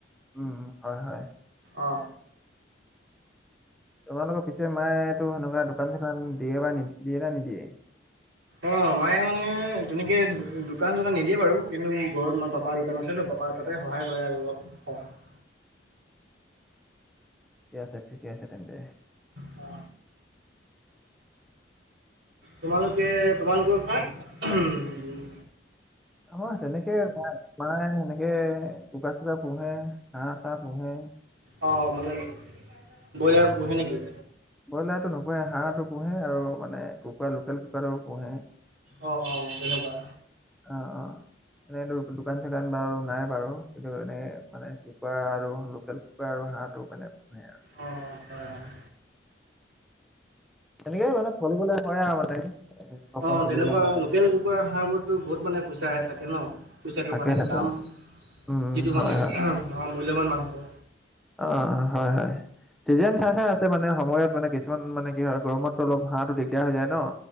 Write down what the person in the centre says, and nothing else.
উম, উম, হয়, হয়।
তোমালোকৰ পিছে মায়ে টো সেনেকুৱা দোকান - চোকান দিয়ে বা নি দিয়ে নে নিদিয়ে?
ঠিকে আছে ঠিকে আছে তেন্তে।
<inaudible>
আমাৰ তেনেকে মা মায়ে সেনেকে কুকুৰা - চুকুৰা পোহে, হাঁহ - চাঁহ পোহে।
ব্ৰইলাৰটো নুপোহে, হাঁহটো পোহে আৰু মানে কুকাৰ লোকেল কুকুৰাটো পোহে।
অ অ, এনেতো দোকান- চোকান বাৰু নাই বাৰু কিন্তু এনেকে মানে কুকুৰা আৰু লোকেল কুকুৰা আৰু হাঁহটো মানে পোহে আৰু।
তেনেকেই মানে চলিবলৈ হয় আৰু মানে ঘৰখন
চলিবলৈ
হয়।
থাকে
থাকে।
উম, উম,
হয়,
হয়।
অ হয় হয়। ছিজন চাই চাই ইহতে মানে সময়ত মানে কিছুমান মানে কি হয় গৰমতো অলপ হাঁহটো দিগদাৰ হৈ যায় ন?